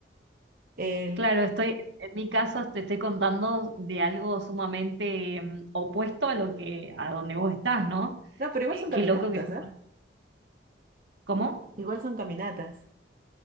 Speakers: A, on the right (about 45°); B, on the right (about 70°).
A: El...
B: claro, estoy, en mi caso te estoy contando de algo sumamente mm, opuesto a lo que, a donde vos estás, ¿no?
A: No, pero igual
B: Eh,
A: son caminatas,
B: qué loco que... ju-
A: ¿ah?
B: ¿Cómo?
A: Igual son caminatas.